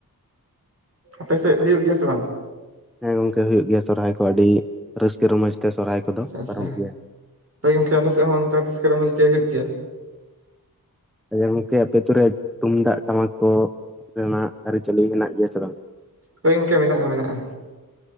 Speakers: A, on the right; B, in the centre.
A: ᱟᱯᱮ ᱥᱮᱫ ᱦᱩᱭᱩᱜ ᱜᱮᱭᱟ ᱥᱮ ᱵᱟᱝ?
B: ᱦᱮᱸ ᱜᱚᱝᱠᱮ ᱦᱩᱭᱩᱜ ᱜᱮᱭᱟ ᱥᱚᱨᱦᱟᱭ ᱠᱚ ᱟᱹᱰᱤ ᱨᱟᱹᱥᱠᱟᱹ ᱨᱚᱢᱚᱡᱽ ᱛᱮ ᱥᱚᱨᱦᱟᱭ
A: ᱟᱪᱪᱷᱟ
B: ᱠᱚᱫᱚ
A: ᱟᱪᱪᱷᱟ
B: ᱯᱟᱨᱚᱢᱚᱜ ᱜᱮᱭᱟ
A: ᱦᱳᱭ ᱜᱚᱢᱠᱮ ᱟᱞᱮ ᱥᱮᱫ ᱦᱚᱸ ᱚᱱᱠᱟᱛᱮᱥᱠᱟᱨ <inaudible> ᱜᱮ ᱦᱩᱭᱩᱜ ᱜᱮᱭᱟ᱾
B: ᱟᱪᱪᱷᱟ ᱜᱚᱝᱠᱮ ᱟᱯᱮ ᱟᱛᱩᱨᱮ ᱛᱩᱢᱫᱟᱜ ᱴᱟᱢᱟᱠ ᱠᱚ ᱨᱮᱱᱟᱜ ᱟᱹᱨᱤᱪᱟᱹᱞᱤ ᱦᱮᱱᱟᱜ ᱜᱮᱭᱟ ᱥᱮ ᱵᱟᱝ?
A: ᱦᱳᱭ ᱜᱚᱝᱠᱮ ᱢᱮᱱᱟᱜᱼᱟ ᱢᱮᱱᱟᱜᱼᱟ᱾